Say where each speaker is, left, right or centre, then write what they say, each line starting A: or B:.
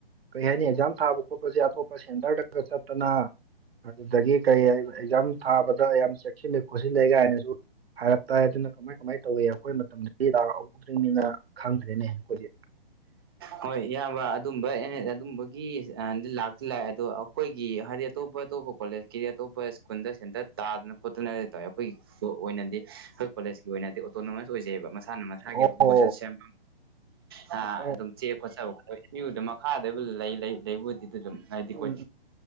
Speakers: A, on the right; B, on the right.
A: ꯀꯩ ꯍꯥꯏꯅꯤ ꯑꯦꯛꯖꯥꯝ ꯊꯥꯕ ꯈꯣꯠꯄꯁꯦ ꯑꯇꯣꯞꯄ ꯁꯦꯟꯇꯔꯗꯒ ꯆꯠꯇꯅ ꯑꯗꯨꯗꯒꯤ ꯀꯔꯤ ꯑꯦꯛꯖꯥꯝ ꯊꯥꯕꯗ ꯌꯥꯝ ꯆꯦꯛꯁꯤꯟꯅ ꯈꯣꯠꯁꯤꯜꯂꯦ ꯀꯥꯏꯅꯁꯨ ꯍꯥꯏꯔꯞ ꯇꯥꯏ ꯑꯗꯨꯅ ꯀꯃꯥꯏ ꯀꯃꯥꯏꯅ ꯇꯧꯏꯤ ꯑꯩꯈꯣꯏ ꯃꯇꯝꯗꯗꯤ ꯂꯥꯛꯍꯧꯗ꯭ꯔꯤꯅꯤꯅ ꯈꯪꯗ꯭ꯔꯦꯅꯦ ꯑꯩꯈꯣꯏꯗꯤ
B: ꯍꯣꯏ ꯏꯌꯥꯝꯕ ꯑꯗꯨꯝꯕ ꯑꯗꯨꯝꯕꯒꯤ ꯂ ꯂꯥꯛꯑꯦ ꯑꯗꯣ ꯑꯩꯈꯣꯏꯒꯤ ꯍꯥꯏꯗꯤ ꯑꯇꯣꯞꯄ ꯑꯇꯣꯞꯄ ꯀꯣꯂꯦꯖꯀꯤꯗꯤ ꯑꯇꯣꯞꯄ ꯁ꯭ꯀꯨꯜꯗ ꯁꯦꯟꯇꯔ ꯇꯥꯗꯅ ꯀꯣꯠꯇꯅ ꯂꯩ ꯇ ꯑꯩꯈꯣꯏ ꯑꯣꯏꯅꯗꯤ ꯑꯩꯈꯣꯏ ꯀꯣꯂꯦꯖꯀꯤ ꯑꯣꯏꯅꯗꯤ ꯑꯣꯇꯣꯅꯣꯃꯁ ꯑꯣꯏꯖꯩꯑꯕ ꯃꯁꯥꯅ ꯃꯁꯥꯒꯤ
A: ꯑꯣ
B: ꯑꯗꯨꯝ ꯀꯣꯏꯁꯟ ꯁꯦꯝ ꯍꯥ
A: ꯑꯣ
B: ꯑꯗꯨꯝ ꯆꯦ ꯈꯣꯠꯆꯕꯣꯗ ꯃꯈꯥꯗꯕꯨ ꯂꯩ ꯂꯩ ꯂꯩꯕꯨꯗꯤ ꯑꯗꯨꯝ ꯍꯥꯏꯗꯤ
A: ꯎꯝ
B: ꯀꯣꯏꯏ